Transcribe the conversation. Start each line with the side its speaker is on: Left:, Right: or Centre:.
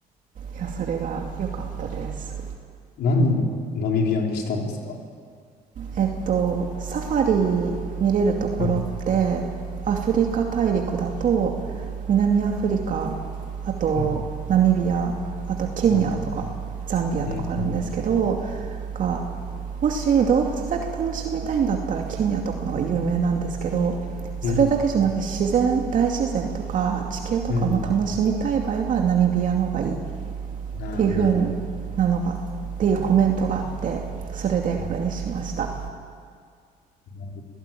Right: いやそれが良かったです
Left: なんでナミビアにしたんですか
Right: えっとサファリ見れるところってアフリカ大陸だと
Left: うん
Right: 南アフリカあとナミビアあとケニアとかザンビアとかあるんですけど
Left: うん、うん、うん、うん、
Right: がもし動物だけ楽しみたいんだったらケニアとかの方が有名なんですけどそれだけじゃなくて自然大自然とか地形とかも楽しみたい場合はナミビアの方がいいっ
Left: うん、うん、うんなあ、
Right: ていう風
Left: なるほど。
Right: なのがっていうコメントがあってそれでこれにしました。
Left: うんうん